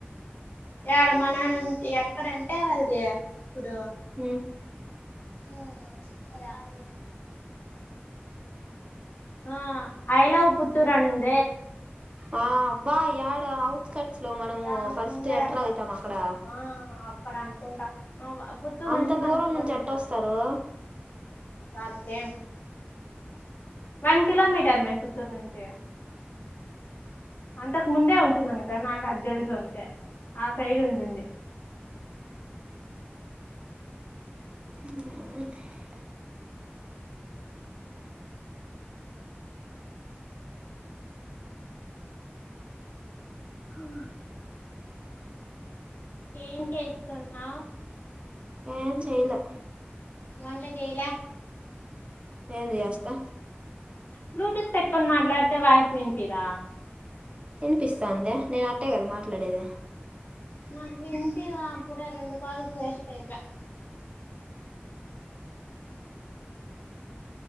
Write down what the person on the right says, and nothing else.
ఉమ్
ఆ అబ్బా యాడ అఔట్కట్స్ లో మనము
ఫస్ట్
ఎంటర్ అవుతాం అక్కడ
అంత
దూరం
నుంచి ఎట్టొస్తారు
ఆ
ఏం చేయలే
ఏం చేస్తా
వినిపిస్తాదే నేను అట్టే కదా మాట్లాడేది